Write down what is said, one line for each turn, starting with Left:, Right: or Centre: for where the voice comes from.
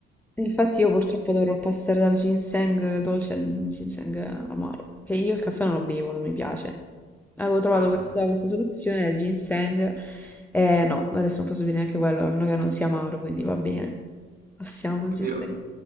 Centre: Infatti io
Right: Però-
Centre: purtroppo dovrò passare dal ginseng dolce al ginseng amaro. Perché io il caffè non lo bevo, non mi piace. Avevo trovato
Right: ah,
Centre: questa, questa soluzione del ginseng. Eh no, adesso non posso bere neanche quello, a meno che non sia amaro, quindi va bene. Passiamo il
Right: oddio,
Centre: ginseng.